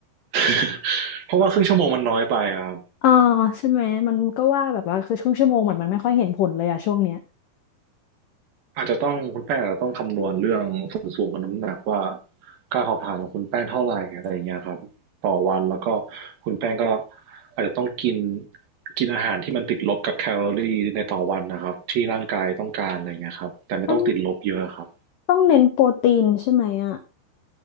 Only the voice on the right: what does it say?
<laughs> เพราะว่าครึ่งชั่วโมงมันน้อยไปอะครับ
อาจจะต้องคุณแป้งอาจจะต้องคำนวณเรื่องส่วนสูงกับน้ำหนักว่าการเผาผลาญของคุณแป้งเท่าไหร่อะไรอย่างเงี้ยครับต่อวันแล้วก็คุณแป้งก็อาจจะต้องกินกินอาหารที่มันติดลบกับแคลอรี่ในต่อวันนะครับที่ร่างกายต้องการอะไรเงี้ยครับแต่ไม่ต้องติดลบเยอะครับ